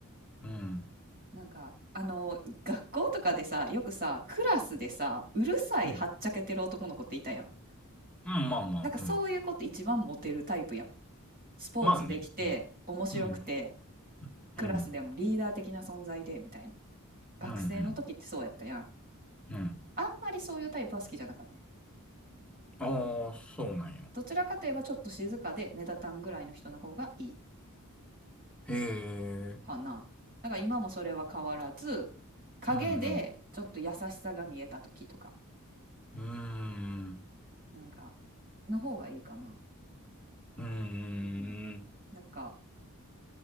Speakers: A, in the centre; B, on the right.
A: うん。
B: なんかあの学校とかでさよくさクラスでさうるさいはっちゃけてる男の子っていたやん。
A: うん。うんまあまあ。
B: なんかそういう子って一番モテるタイプやん。
A: うん。
B: スポーツできて面白くて
A: まあね。うん。うん。
B: クラスでもリーダー的な存在でみたいな。
A: うん、
B: 学生の時ってそうやったやん。
A: うん、うん、うん。
B: あんまりそういうタイプは好きじゃなかったね
A: ああ、そうなんや。
B: どちらかといえばちょっと静かで目立たんぐらいの人の方がいい
A: へえ、
B: かな。だから今もそれは変わらず、影でちょっと優しさが見えた時とか、
A: うん、うん、うーん、
B: なんか、の方がいいかな。
A: うーん。
B: うん。なんか、